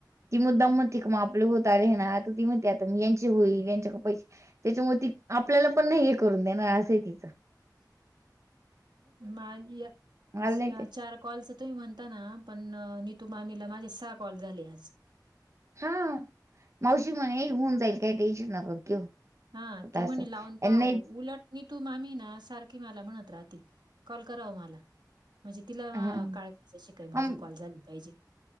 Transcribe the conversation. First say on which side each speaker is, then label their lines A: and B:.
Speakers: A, on the right; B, on the right.
A: ती मुद्दाम म्हणते की, मग आपल होत आले ना ती म्हणती, आता मी यांचे होईल यांच्याक पैसे त्याच्यामुळे ती आपल्याला पण नाही हे करून देणार असं आहे तिच.
B: <unintelligible> सहा,
A: मला नाही ते
B: चार कॉलस तुम्ही म्हणता ना, पण नीतु मामीला माझे सहा कॉल झाले आज.
A: हा मावशी म्हणे होऊन जाईल काय टेन्शन नका घेऊ.
B: हा
A: होत
B: ती
A: असं
B: म्हणे लावून पाहू
A: नाही
B: उलट नितू मामी ना सारखी मला म्हणत राहती कॉल करा ओ मला. म्हणजे तिला
A: हा
B: काळजीच अशी काय माझे
A: अम,
B: कॉल झाला पाहिजे.